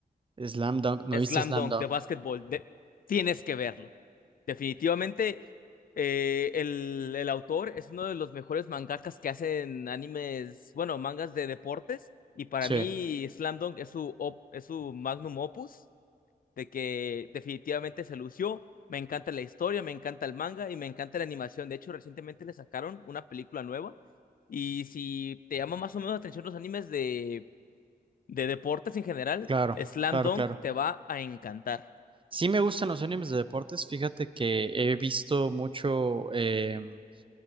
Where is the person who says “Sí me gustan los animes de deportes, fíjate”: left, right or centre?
Right